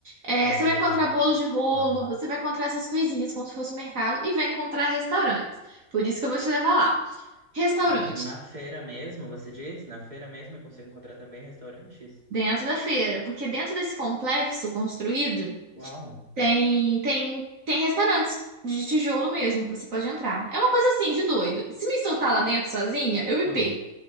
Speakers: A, on the right; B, on the right.
A: É,
B: Entendi.
A: você vai encontrar bolo de rolo,
B: Ah.
A: você vai encontrar essas coisinhas como se fosse um mercado e vai encontrar restaurantes. Por isso que eu vou te levar lá. Restaurante,
B: Na feira mesmo, você diz? Na feira mesmo eu consigo encontrar também restaurantes?
A: dentro da feira, porque dentro desse complexo construído.
B: Uau!
A: Tem, tem, tem restaurantes de tijolo mesmo que você pode entrar. É uma coisa assim de doido. Se me soltar lá dentro sozinha, eu me
B: Ah.
A: perco.